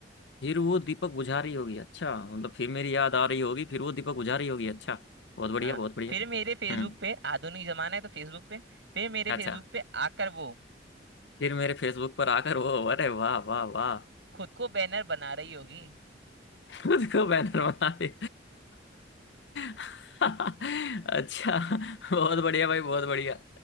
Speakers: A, on the left (about 75°); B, on the right (about 85°).
A: फिर वो दीपक बुझा रही होगी अच्छा मतलब फिर मेरी याद आ रही होगी फिर वो दीपक बुझा रही होगी अच्छा बहुत बढ़िया
B: हाँ
A: बहुत बढ़िया
B: फिर मेरे फेसबुक
A: हम्म
B: पे आधुनिक जमाना है तो फेसबुक पे फिर मेरे
A: अच्छा
B: फेसबुक पे आकर वो
A: फिर मेरे फेसबुक पर आकर वो अरे वाह वाह वाह
B: खुद को बैनर बना रही होगी
A: खुद को बैनर बना दे <laughs> अच्छा बहुत बढ़िया भाई बहुत बढ़िया